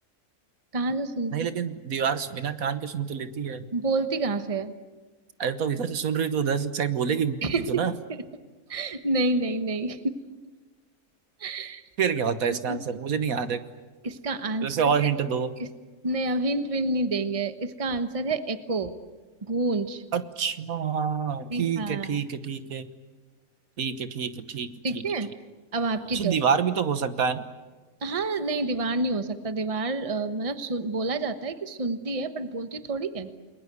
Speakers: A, on the right (about 25°); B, on the right (about 75°).
A: कहाँ से सुनती
B: नहीं लेकिन दीवार से बिना कान के सुन तो लेती है
A: बोलती कहाँ से है
B: अरे तो इधर से सुन रही तो उधर से साइड बोलेगी भी
A: <laughs>
B: तो ना
A: नहीं नहीं नहीं <laughs>
B: फिर क्या होता है इसका
A: नो
B: आंसर मुझे नहीं याद है
A: इसका आंसर
B: जैसे और
A: है
B: हिंट दो
A: इसने अब हिंट भी नहीं देंगे इसका आंसर है एको गूंज
B: अच्छा
A: जी
B: ठीक
A: हाँ
B: है ठीक है ठीक है ठीक है ठीक है ठीक है
A: ठीक
B: ठीक
A: है
B: है ठीक है
A: अब आपकी
B: अच्छा
A: टर्न
B: दीवार भी तो हो सकता है ना
A: हाँ नहीं दीवार नहीं हो सकता दीवार अ, मतलब सुन, बोला जाता है कि सुनती है बट बोलती थोड़ी है